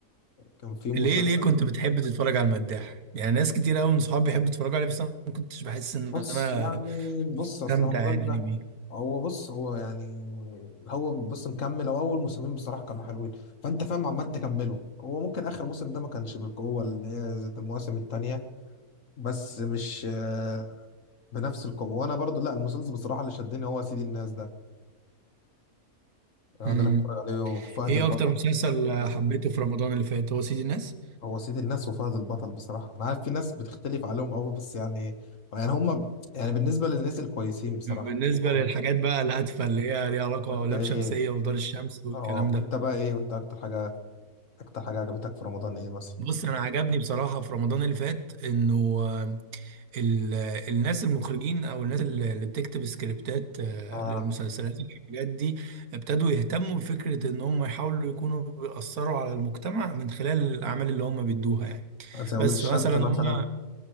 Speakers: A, on the left (about 55°); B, on the right (about 75°).
A: كان في مسلسل
B: ليه ليه كنت بتحب تتفرج على المداح يعني ناس كتير قوي من صحابي بيحبوا يتفرجوا عليه بس انا ما كنتش بحس ان
A: بص
B: انا
A: يعني بص اصل
B: استمتع
A: رمضان
B: يعني
A: ده
B: بيه
A: هو بص هو يعني هو بص مكمل هو اول موسمين بصراحة كانوا حلوين فانت فاهم عمال تكمله هو ممكن اخر موسم ده ما كانش بالقوة اللي هي زي المواسم التانية بس مش آه، بنفس القوة وانا برضو لا المسلسل بصراحة اللي شدني هو سيدي الناس ده هو
B: امم
A: ده اللي بتفرج عليه وفهد
B: ايه
A: البطل
B: اكتر مسلسل حبيته في رمضان اللي فات هو سيد الناس
A: هو سيد الناس وفهد البطل بصراحة أنا عارف في ناس بتختلف عليهم أوي بس يعني يعني هما يعني بالنسبة للي نزل كويسين بصراحة
B: بالنسبه
A: شوفهم
B: للحاجات بقى الهادفه اللي هي ليها علاقه
A: وأنت
B: لام
A: إيه
B: شمسيه ودار الشمس والكلام
A: أه وأنت
B: ده
A: بقى إيه وأنت أكتر حاجة أكتر حاجة عجبتك في رمضان إيه مثلا
B: بص انا عجبني بصراحه في رمضان اللي فات انه آه، ال- الناس المخرجين او الناس اللي اللي بتكتب سكريبتات آه،
A: آه
B: للمسلسلات والحاجات دي ابتدوا يهتموا بفكرة ان هم يحاولوا يكونوا بيأثروا على المجتمع من خلال الاعمال اللي هم بيدوها يعني
A: زي ولاد
B: بس
A: الشمس
B: فمثلا
A: مثلا
B: هم